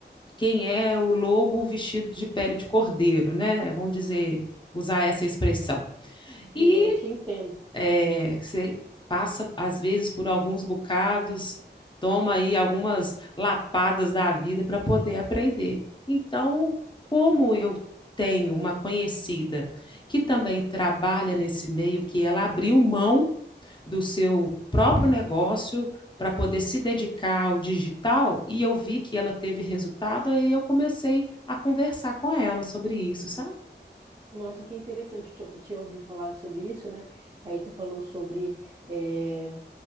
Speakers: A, on the left (about 25°); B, on the right (about 30°).
A: quem é o lobo vestido de pele de cordeiro, né? Vamos dizer, usar essa expressão. E
B: Não, eu te entendo.
A: é, você passa, às vezes, por alguns bocados, toma aí algumas lapadas da vida para poder aprender. Então, como eu tenho uma conhecida que também trabalha nesse meio, que ela abriu mão do seu próprio negócio para poder se dedicar ao digital e eu vi que ela teve resultado e eu comecei a conversar com ela sobre isso, sabe?
B: Nossa, que interessante te, te ouvir falar sobre isso, né? Aí tu falou sobre eh,